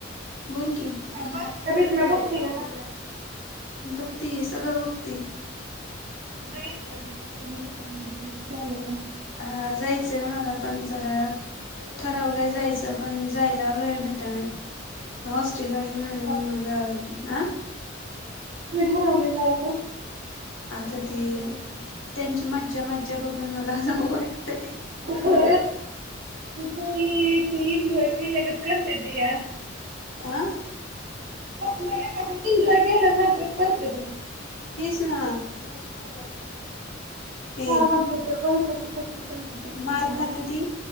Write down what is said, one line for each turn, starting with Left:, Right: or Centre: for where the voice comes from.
Left: बोल कि
Right: थांबा तबितला बघती का ना
Left: बघती सगळं बघती
Right: जाईन म्हणलं ती जास्त माणसांमध्ये चालयलं
Left: हा जायचंय मला पण जरा ठरावलं जायचं पण जायला वेळ भेटा नाही हॉस्टेल
Right: कोणी
Left: वाली मॅडमला
Right: ठरव
Left: आ
Right: तु ठरवलेल होत
Left: आता ती त्यांची मज्जा मज्जा बघून मला जाऊ वाटतय
Right: हो बाई त्या इंजाॅय केल्यागत करत्या त्या
Left: आं
Right: कसलं एखाद एन्जॉय केल्यासारखं करत्या की
Left: हा यी
Right: चार मधले तर बघितलं का कसलं त्यांनी तर केला
Left: मार
Right: लोकांनी
Left: खात्याती